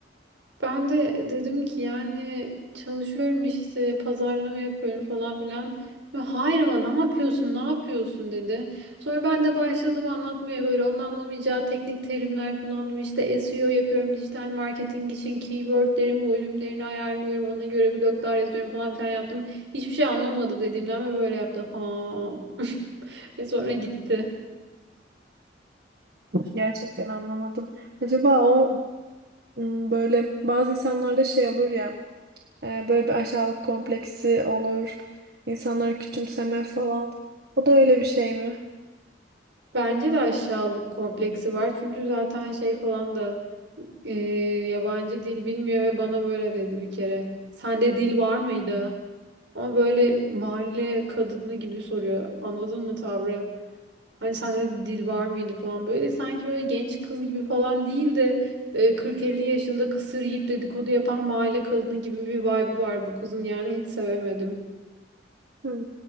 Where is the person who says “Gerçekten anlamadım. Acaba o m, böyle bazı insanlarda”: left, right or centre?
Right